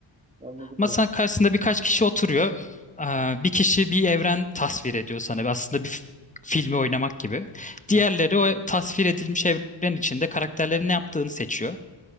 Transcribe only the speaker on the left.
Masanın
karşısında birkaç kişi oturuyor. Ee, Bir kişi bir evren tasvir ediyor sana. Aslında bir f- filmi oynamak gibi.
Diğerleri o tasvir edilmiş evren içinde karakterlerin ne yaptığını seçiyor.